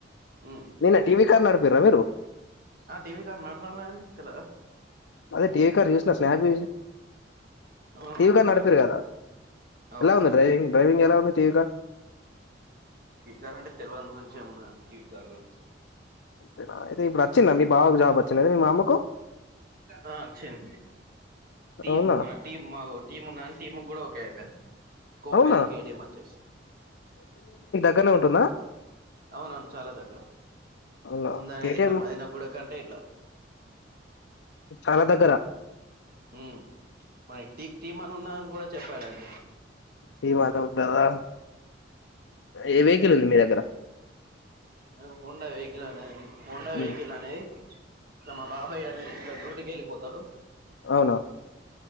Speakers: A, on the right; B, on the left.
A: ఉమ్.
B: నిన్న టివి కానడు పిరమిరు
A: ఆ టీవీ కారు నడిపాము కానీ తెలద
B: అదే టీవీ కార్ చూసిన స్నాప్ చూసి
A: అవును
B: టీవీ
A: అవును
B: కార్
A: నడిపాము
B: నడిపిరు కదా
A: అవును
B: ఎలా ఉంది డ్రైవింగ్ డ్రైవింగ్ ఎలా ఉంది టీవీ కార్
A: గారేంటి తెలివాని గురించి ఏమున్నదండి టీవీ కార్ గురించి
B: అంతేనా అయితే ఇప్పుడు వచ్చిందా మీ బావకు జాబ్ వచ్చింది అదే మా అమ్మకు
A: ఆ అక్షన్ టీమ్
B: అవునా
A: మన టీమ్ మాకు టీమ్ ఉన్నాని టీమ్ కూడా ఓకే పెన్ కోంబేలికి
B: అవునా
A: ఏడి మచ్చేస్
B: గానే ఉంటున్న
A: అవునవును చాలా దగ్గర
B: అవునా
A: ముంద అనేది
B: కేటీఎం
A: ఇట్లా మది నా గుడ కంటే ఇట్లా
B: చాలా దగ్గరా
A: ఉ మరి టి టీమాని ఉన్నాను కూడా చెప్పాలండి
B: తీమానంటదా ఏ వెహికల్ ఉంది మీ దగ్గర
A: అ హోండా వెహికల్ అనే అన్ని హోండ వెహికల్
B: ఉమ్,
A: అనేది ఇగ మా బాబాయ్ అనేది ఇ బ్యూటి ఏలిపోతాడు
B: అవునా